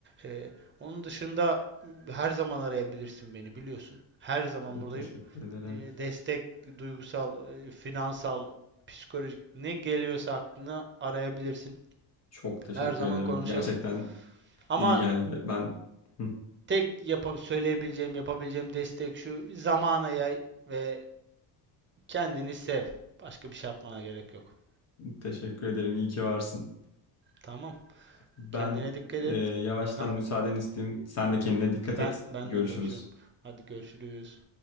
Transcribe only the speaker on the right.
E, onun dışında her zaman arayabilirsin beni biliyorsun. Her zaman buradayım.
E, destek, duygusal, e, finansal, psikolojik ne geliyorsa aklına arayabilirsin.
Her zaman
konuşalım.
Ama
tek yapa söyleyebileceğim, yapabileceğim destek şu. Zamana yay ve Kendini sev. Başka bir şey yapmana gerek yok.
Tamam.
Kendine dikkat
et.
Heh,
ben
ben
de kaçıyorum. Hadi görüşürüz.